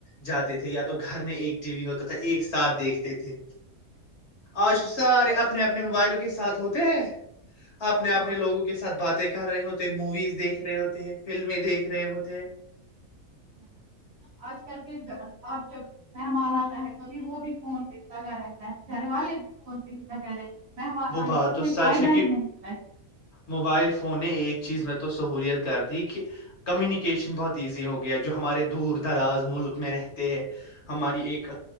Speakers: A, on the left (about 55°); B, on the right (about 65°).
A: جاتے تھے یا تو گھر میں ایک ٹی وی ہوتا تھا ایک ساتھ دیکھتے تھے آج تو سارے اپنے اپنے موبائلوں کے ساتھ ہوتے ہیں اپنے اپنے
B: ہاں
A: لوگوں کے ساتھ باتیں کر رہے ہوتے ہیں موویز دیکھ رہے ہوتے ہیں فلمیں دیکھ رہے ہوتے ہیں
B: ہ آج کل کے اب جب مہمان آتا ہے توبھی وہ بھی فون پہ ہی لگا رہتا ہے گھر والے بھی فون پہ ہی لگا رہتے ممار
A: وہ
B: آنے
A: بات
B: کا
A: تو
B: کوئی
A: سچ
B: فائدہ
A: ہے کہ
B: ہی نہیں ہے
A: موبائل فون نے ایک چیز میں تو سہولیت کر دی کہ کمیونیکیشن بہت ایزی ہو گیا جو ہمارے دور دراز ملک میں رہتے ہے ہماری ایک